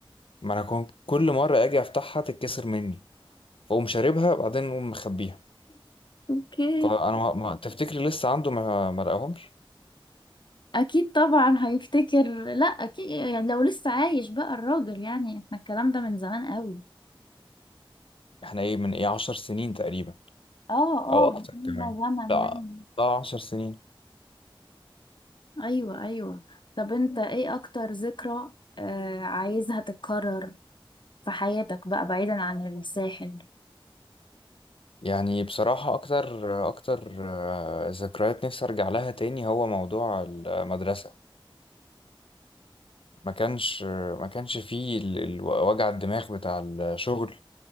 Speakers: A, on the left; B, on the left.
A: ما انا كنت كل مرة اجي افتحها تتكسر مني فاقوم شاربها بعدين اقوم مخبيها
B: اوكي
A: فانا ما... ما... تفتكري لسه عنده ما, ما لقاهمش
B: اكيد طبعا هيفتكر لا اكيد يعني لو لسه عايش بقى الراجل يعني احنا الكلام ده من زمان قوي
A: احنا ايه من ايه عشر سنين تقريبا
B: اه اه
A: او اكتر كمان
B: من زمن
A: لا
B: يعني
A: اه عشر سنين
B: ايوه ايوه طب انت ايه اكتر ذكرى آه عايزها تتكرر في حياتك بقى بعيدا عن الساحل
A: يعني بصراحة أكتر أكتر آه، ذكريات نفسي أرجع لها تاني هو موضوع المدرسة ما كانش ما كانش فيه ال- ال- وجع الدماغ بتاع الشغل